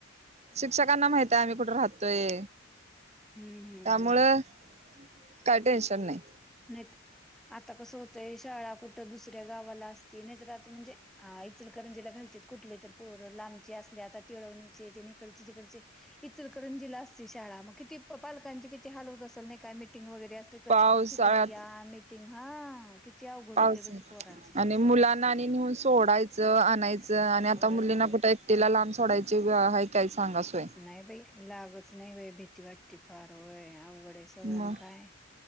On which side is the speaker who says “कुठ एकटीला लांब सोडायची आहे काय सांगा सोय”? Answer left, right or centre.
Right